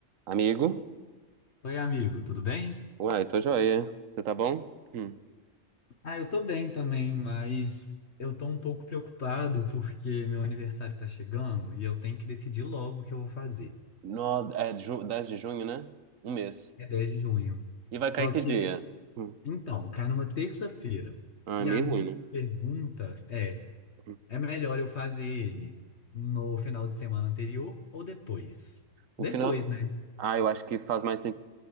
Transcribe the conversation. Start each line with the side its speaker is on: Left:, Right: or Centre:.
Right: Amigo?
Left: Oi, amigo, tudo bem?
Right: Uai, tô joia. Você tá bom? Hum.
Left: Ah, eu tô bem também, mas eu tô um pouco preocupado porque meu aniversário tá chegando e eu tenho que decidir logo o que eu vou fazer.
Right: No, é ju, 10 de junho, né? Um mês.
Left: É 10 de junho.
Right: E vai
Left: Só
Right: cair que
Left: que,
Right: dia? Hum.
Left: então, cai numa terça-feira.
Right: Ah,
Left: E
Right: é meio
Left: a minha
Right: ruim, né?
Left: pergunta é:
Right: Hum.
Left: é melhor eu fazer ele no final de semana anterior ou depois? Depois,
Right: O final.
Left: né?
Right: Ah, eu acho que faz mais sen-